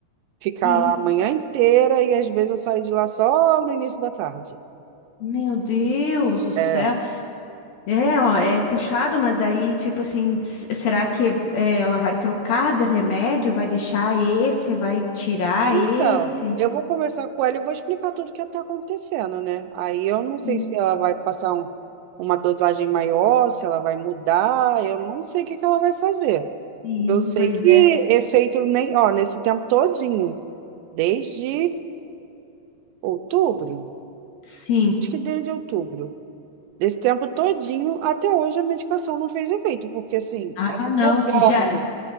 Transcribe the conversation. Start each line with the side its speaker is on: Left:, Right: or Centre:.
Right: Ficar
Left: Sim.
Right: lá a manhã inteira e às vezes eu saio de lá só no início da tarde.
Left: Meu Deus do céu.
Right: É.
Left: É, ó, é puxado, mas daí, tipo assim, s- será que é, ela vai trocar de remédio? Vai deixar esse? Vai tirar
Right: Então,
Left: esse?
Right: eu vou conversar com ela e vou explicar tudo o que está acontecendo, né? Aí eu não sei
Left: Sim,
Right: se ela vai passar um- uma dosagem maior, se ela vai mudar, eu não sei o que que ela vai fazer.
Left: sim,
Right: Eu sei
Left: pois
Right: que
Left: é.
Right: efeito nem, ó, nesse tempo todinho, desde outubro,
Left: Sim.
Right: acho que desde outubro, desse tempo todinho até hoje a medicação não fez efeito, porque assim,
Left: Ah, não,
Right: ela até
Left: se
Right: dorme.
Left: já,